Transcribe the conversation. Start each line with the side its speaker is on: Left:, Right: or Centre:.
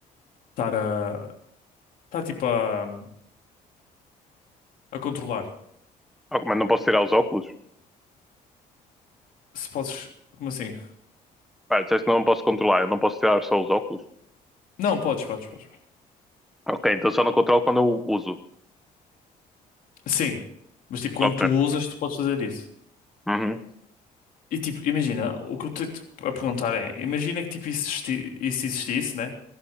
Left: estar a... estar, tipo, a, a controlar.
Centre: Ok, mas não posso tirar os óculos?
Left: Se podes... Como assim?
Centre: Ah, disseste que não posso controlar, eu não posso tirar só os óculos.
Left: Não, podes, podes, podes. podes.
Centre: Ok, então só não controlo quando eu uso.
Left: Sim. Mas, tipo, quando
Centre: Ok.
Left: tu usas, tu podes fazer isso.
Centre: Uhum,
Left: E tipo, imagina, o que eu estou a perguntar é, imagina que tipo isso, existi- isso existisse, né?